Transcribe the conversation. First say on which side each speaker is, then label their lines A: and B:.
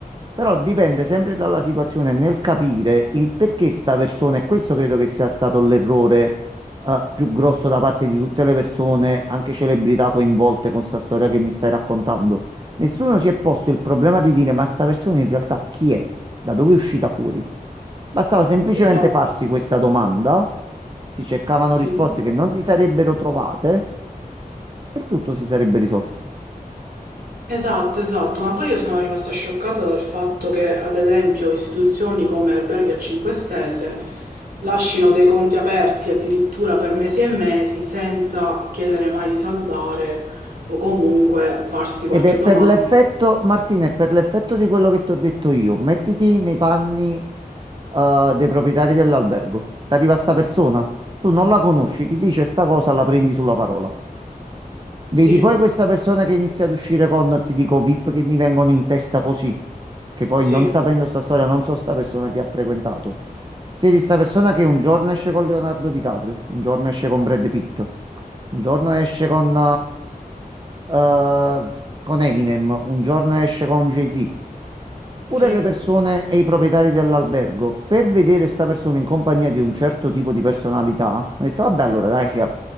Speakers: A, on the right; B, on the right.
A: Però dipende sempre dalla situazione nel capire il perché sta persona, e questo credo che sia stato l'errore eh, più grosso da parte di tutte le persone, anche celebrità coinvolte con sta storia che mi stai raccontando. Nessuno si è posto il problema di dire ma sta persona in realtà chi è? Da dove è uscita fuori? Bastava semplicemente
B: Esatto,
A: farsi questa domanda, si cercavano
B: sì.
A: risposte che non si sarebbero trovate e il tutto si sarebbe risolto.
B: Esatto, esatto, ma poi io sono rimasta scioccata dal fatto che, ad esempio, istituzioni come alberghi a 5 stelle lasciano dei conti aperti addirittura per mesi e mesi senza chiedere mai di saldare o comunque farsi qualche
A: Ed è per
B: domanda.
A: l'effetto, Martina, è per l'effetto di quello che ti ho detto io. Mettiti nei panni, eh, dei proprietari dell'albergo. Ti arriva sta persona, tu non la conosci, ti dice sta cosa, la prendi sulla parola. Vedi
B: Sì,
A: poi questa persona che inizia ad uscire con, ti dico, VIP che mi vengono in testa così, che poi
B: sì,
A: non sapendo sta storia, non so sta persona che ha frequentato. Vedi sta persona che un giorno esce con Leonardo DiCaprio, un giorno esce con Brad Pitt, un giorno esce con, eh, eh, con Eminem, un giorno esce con Jay-Z. Pure
B: sì,
A: le persone e i proprietari dell'albergo, per vedere sta persona in compagnia di un certo tipo di personalità, ho detto, vabbè, allora dai, sia-